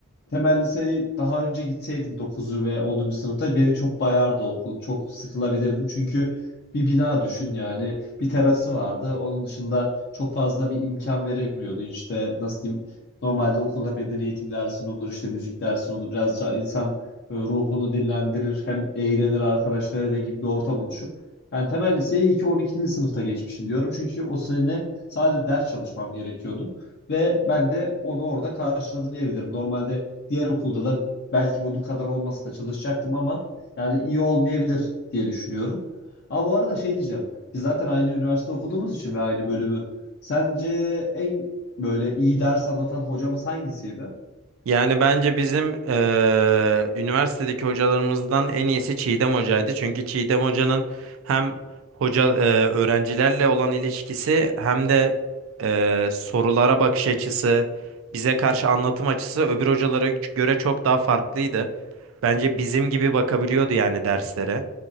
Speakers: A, on the left; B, on the right.
A: temel liseye daha önce gitseydim 9'u ve onuncu sınıfta beni çok bayardı okul. Çok sıkılabilirdim çünkü bir bina düşün yani bir terası vardı. Onun dışında çok fazla bir imkan veremiyordu. İşte nasıl diyeyim normalde okulda beden eğitim dersin olur işte müzik dersin olur. Biraz daha insan böyle ruhunu dinlendirir hem eğlenir arkadaşlarıyla gibi bir ortam oluşur. Yani temel liseye iyi ki on ikinci sınıfta geçmişim diyorum. Çünkü o sene sadece ders çalışmam gerekiyordu. Ve ben de onu orada karşıladım diyebilirim. Normalde Diğer okulda da belki bunun kadar olmasa da çalışacaktım ama yani iyi olmayabilir diye düşünüyorum. Ama bu arada şey diyeceğim. Biz zaten aynı üniversite okuduğumuz için ve aynı bölümü. Sence en böyle iyi ders anlatan hocamız hangisiydi?
B: Yani bence bizim eee, üniversitedeki hocalarımızdan en iyisi Çiğdem Hoca'ydı. Çünkü Çiğdem Hoca'nın hem hoca eee, öğrencilerle olan ilişkisi hem de eee, sorulara bakış açısı, bize karşı anlatım açısı öbür hocalara göre çok daha farklıydı. Bence bizim gibi bakabiliyordu yani derslere.